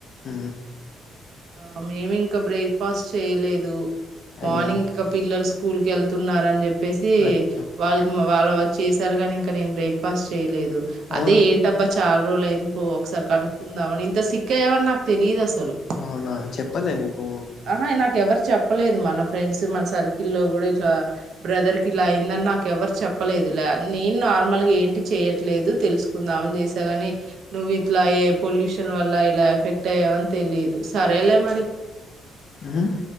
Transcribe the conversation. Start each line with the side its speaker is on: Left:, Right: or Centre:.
Left: ఊ
Right: ఆ మేమి ఇంకా బ్రేక్ఫాస్ట్ చేయలేద్ దు మార్నింగ్
Left: అయ్యో
Right: ఇంకా పిల్లల్స్ స్కూల్ కి ఎళ్తున్నారని చెప్పి పేసి
Left: అయ్యో
Right: వాళ్కి మా వాళ వాళ్ చేశారు కాని ఇంకా నేను బ్రేక్ఫాస్ట్ చేయలేదు దు అదే
Left: అవును
Right: ఏంటబ్బా చాల్ రోల్ అయింది పో ఒకసారి కనుకుదమని ఇంత సిక్క్క అయవ్ అని నాకు తెలీయదు అసలు
Left: అవునా చెప్పలె నీకు
Right: ఆహా నాకు ఎవరు చెప్పలేదు మన ఫ్రెండ్స్ మన సర్కిల్లో గుడా ఇట్లా బ్రదర్కి ఇలా అయిందని, నాకు ఎవరు చెప్పలేదు, లే నేను నార్మల్గా ఏంటి చేయట్లేదు తెలుసుకుందామని చేసా, కానీ నువ్వు ఇట్లా ఏ పొల్యూషన్ వల్ల ఇలా ఎఫెక్ట్ అయ్యావని తెలిదు. సరేలే మరి
Left: హుహూ